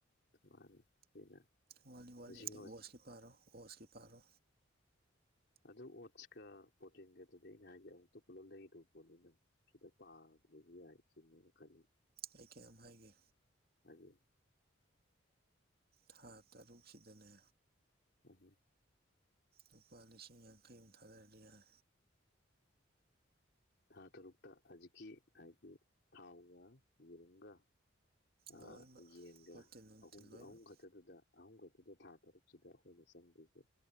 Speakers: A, on the left; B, on the right.
A: ꯃꯥꯅꯤ ꯁꯤꯅ
B: ꯋꯥ ꯋꯥꯗꯤ
A: ꯂꯤꯁꯤꯡ
B: ꯑꯣꯁꯀꯤ ꯄꯥꯔꯣ ꯑꯣꯁꯀꯤ ꯄꯥꯔꯣ
A: ꯑꯗꯨ ꯑꯣꯠꯁꯀ ꯄ꯭ꯔꯣꯇꯤꯟꯒꯗꯨꯗꯤ ꯑꯩꯅ ꯍꯥꯏꯒꯦ ꯑꯃꯨꯛꯇ ꯄꯨꯜꯂꯞ ꯂꯩꯒꯗꯕ ꯄꯣꯠꯅꯤꯅꯪ ꯁꯤꯗ ꯄꯒ ꯂꯩꯕꯤ ꯍꯥꯏꯁꯤ ꯈ
B: ꯑꯩ ꯀꯌꯥꯝ ꯍꯥꯏꯒꯦ
A: ꯍꯅꯤ
B: ꯊꯥ ꯇꯔꯨꯛꯁꯤꯗꯅꯦ
A: ꯎꯍ
B: ꯂꯨꯄꯥ ꯂꯤꯁꯤꯡ ꯌꯥꯡꯈꯩꯃꯨ ꯊꯥꯗꯔꯗꯤ ꯌꯥꯔ
A: ꯊꯥ ꯇꯔꯨꯛꯇ ꯍꯧꯖꯤꯛꯀꯤ ꯍꯥꯏꯗꯤ ꯊꯥꯎꯒ ꯌꯦꯔꯨꯝꯒ ꯑ
B: ꯂꯣꯏꯅꯃꯛ
A: ꯌꯦꯟꯒꯦ
B: ꯄ꯭ꯔꯣꯇꯤꯟ ꯅꯨꯡꯇꯤꯟ
A: ꯑꯍꯨꯝꯗꯨ
B: ꯂꯣꯏꯅꯃꯛ
A: ꯑꯍꯨꯝ ꯈꯛ ꯑꯗꯨ ꯑꯗꯨꯗ ꯑꯍꯨꯝꯒꯛꯇꯗ ꯊꯥ ꯇꯔꯨꯛꯁꯤꯗ ꯑꯩꯈꯣꯏꯅ ꯆꯪꯗꯒꯦ